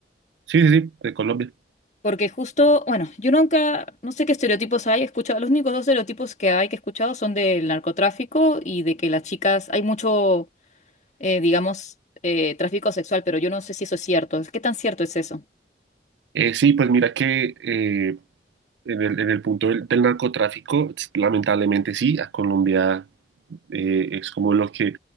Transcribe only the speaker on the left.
porque justo, bueno, yo nunca, no sé qué estereotipos hay, he escuchado, los únicos dos estereotipos que hay que he escuchado son del narcotráfico y de que las chicas, hay mucho, eh, digamos, eh, tráfico sexual, pero yo no sé si eso es cierto, ¿qué tan cierto es eso?